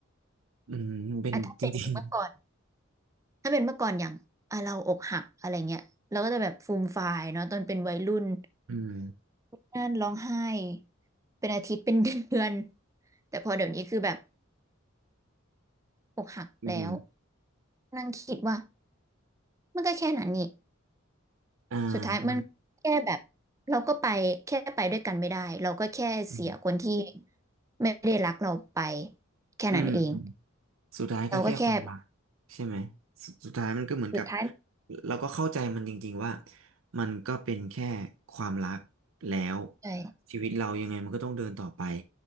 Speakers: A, on the right; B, on the right.
A: อืมเป็นจริง
B: อ่ะถ้าเป็นเมื่อก่อนถ้าเป็นเมื่อก่อนอย่างอ่ะเราอกหักอะไรเงี้ยเราก็จะแบบฟูมฟายเนาะตอนเป็นวัยรุ่น
A: อืม
B: นั่นร้องไห้เป็นอาทิตย์เป็นเดือนแต่พอเดี๋ยวนี้คือแบบอกหักแล้ว
A: อืม
B: นั่งคิดว่า มันก็แค่นั้นนี่
A: อ่า
B: สุดท้ายมันแค่แบบ
A: มัน
B: เราก็ไปแค่ไปด้วยกันไม่ได้เราก็แค่เสียคนที่
A: อืม
B: ไม่ได้รักเราไปแค่นั้นเอง
A: อืมอืมสุดท้ายก็แค่ความรัก
B: เราก็แค่
A: ใช่ไหมสสุดท้ายมันก็เหมือนกับ
B: สุดท้าย
A: เราก็เข้าใจมันจริงๆว่ามันก็เป็นแค่ความรักแล้ว
B: ใช่
A: ชีวิตเรายังไงมันก็ต้องเดินต่อไป